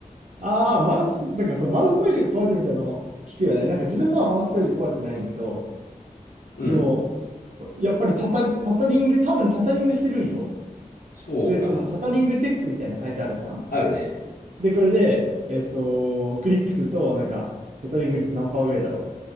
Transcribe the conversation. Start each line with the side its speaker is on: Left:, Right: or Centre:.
Right: ああ、マウス、なんかそう、マウスホイール壊れるみたいなの聞くよね。なんか自分のはマウスホイール壊れてないんだけど、
Left: <laughs> うん。
Right: でも、やっぱりチャタ、チャタリング、多分チャタリングしてるんよ。
Left: そうか。
Right: で、そのチャタリングチェックみたいなサイトあるじゃん。
Left: あるね。
Right: で、これで、えっと、クリックすると、なんか、チャタリング率何パーぐらいだろ